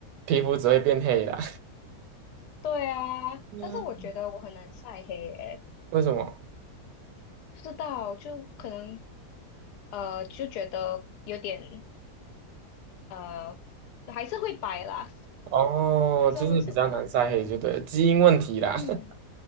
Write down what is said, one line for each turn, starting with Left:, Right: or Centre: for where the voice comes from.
Right: 皮肤只会变黑的。
Left: 对啊，
Right: <laughs> 嗯，
Left: 但是我觉得我很难晒黑诶、
Right: 为什么？
Left: 不知道，就可能呃就觉得有点呃还是会白啦，
Right: 哦，
Left: 不知道为什么。
Right: 就是比较难晒黑，就对了，基因问题啦。
Left: 嗯，
Right: <laughs>